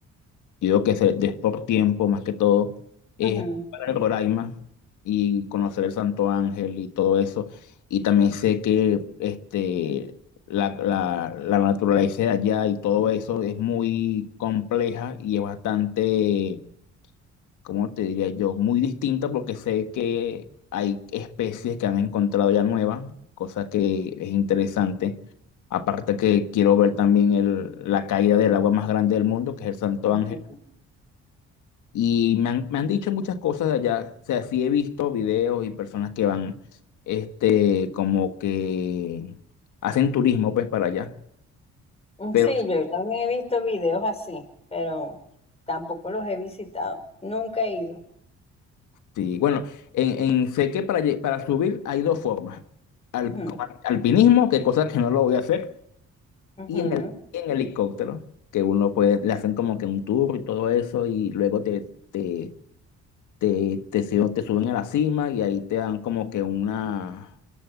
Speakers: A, on the left; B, on the left.
A: Yo digo que se des por tiempo, más que todo, es
B: Ujú,
A: para el Roraima y conocer el Santo Ángel y todo eso. Y también sé que este, la, la, la naturaleza de allá y todo eso es muy compleja y es bastante, ¿cómo te diría yo? Muy distinta porque sé que hay especies que han encontrado ya nuevas, cosa que es interesante. Aparte que quiero ver también el, la caída del agua más grande del mundo, que es el Santo
B: ujú.
A: Ángel y me han, me han dicho muchas cosas de allá. O sea, sí he visto videos y personas que van, este, como que hacen turismo, pues, para allá.
B: Mm,
A: Pero
B: Sí, yo también he visto videos así, pero tampoco los he visitado. Nunca he ido.
A: sí, bueno, en, en- sé que para, lle- para subir hay dos formas. Al,
B: Ujú,
A: con al- alpinismo, que cosa que no lo voy a hacer,
B: ujú.
A: y en el, y en helicóptero, que uno puede, le hacen como que un tour y todo eso, y luego te, te, te, te, sub- te suben a la cima y ahí te dan como que una...